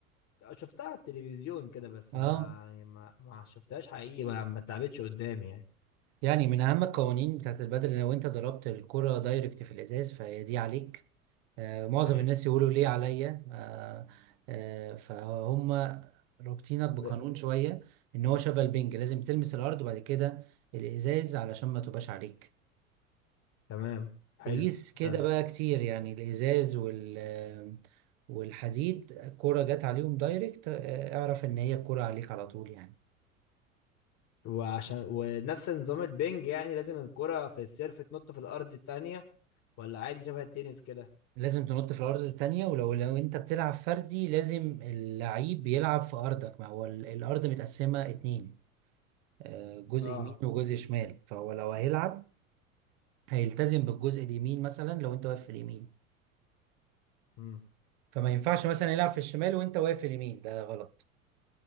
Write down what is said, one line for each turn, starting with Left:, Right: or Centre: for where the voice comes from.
Left: شفتها على التلفزيون كده بس
Right: اه
Left: ما يعني ما ما شفتهاش حقيقي ما ما اتلعبتش قدامي يعني
Right: يعني من أهم القوانين بتاعت البدل لو أنت ضربت الكرة دايركت في الإزاز فهي دي عليك آه معظم
Left: ايوه
Right: الناس يقولوا ليه عليا آه آه فهم رابطينك بقانون
Left: ب...
Right: شوية إن هو شبه البنج لازم تلمس الأرض وبعد كده الإزاز علشان ما تبقاش عليك
Left: تمام حلو
Right: وقيس كده
Left: طب
Right: بقى كتير يعني الإزاز وال آه، والحديد الكرة جت عليهم دايركت آه، اعرف إن هي الكرة عليك على طول يعني
Left: وعشان ونفس نظام البنج يعني لازم الكرة في السيرف تنط في الأرض التانية ولا عادي شبه التنس كده
Right: لازم تنط في الارض التانية ولو لو انت بتلعب فردي لازم اللعيب بيلعب في ارضك ما هو ال- الارض متقسمة اتنين آه، جزء
Left: اه
Right: يمين وجزء شمال فهو لو هيلعب هيلتزم بالجزء اليمين مثلا لو انت واقف في اليمين
Left: امم
Right: فما ينفعش مثلا يلعب في الشمال وانت واقف في اليمين ده غلط